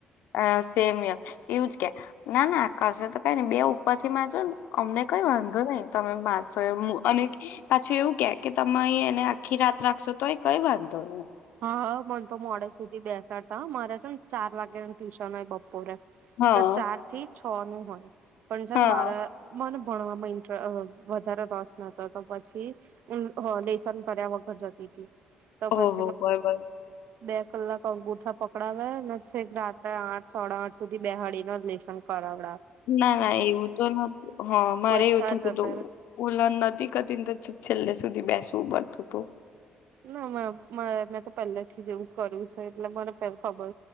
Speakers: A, on the left; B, on the right.
A: હ સેમ એવુંજ કે. ના ના આકાશ તો કઈ નઈ બે ઉપર થી. ચ. અમને કઈ વાંધો નહી તમે મારસો અને પાછું એવું ક્યાક કે તમે એને આખી રાત રાખશો તો એ કઈ વાંધો હું.
B: હા મને તો મોડે સુધી બેસાડતા મારે છે ને. ચાર વાગ્યા ટ્યુશન હોય બ પોરક
A: હા
B: તો ચાર થી છ નું હોય પણ છાન
A: હા
B: મારા માર ભણવામાં ઇન્ટ વધારે રસ નતો તો પછી લેસન ભર્યા વગર જતી હતી તો પછ.
A: હો બરા બર.
B: બે કલાક અંગૂઠા પકડાવે અને છેક રાત્રે આઠ સોડા આઠ સુધી બેહાડીી ન લેસન કરાવે.
A: ના ના એવું તો નથી હ મારે
B: બધા
A: એવું થતું
B: જતા
A: હત
B: રે
A: વલન નથી કરતી. છેલ્લે સુધી બેસવું પડતું હતું.
B: ના મે મેં તો પહેલેથી જ એવું કર્યું છે એટલે મને ખબર છે